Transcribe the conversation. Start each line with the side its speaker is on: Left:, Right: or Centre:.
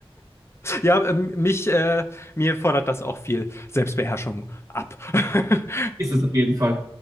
Left: Ja, ähm, mich, äh, mir fordert das auch viel Selbstbeherrschung ab. <laughs>
Right: Ist es auf jeden Fall.